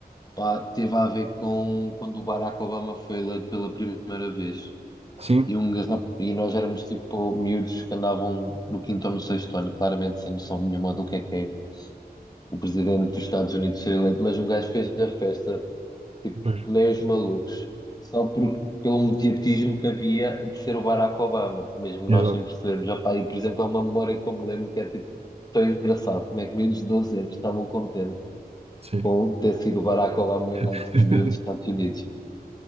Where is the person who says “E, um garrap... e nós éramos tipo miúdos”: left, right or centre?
Left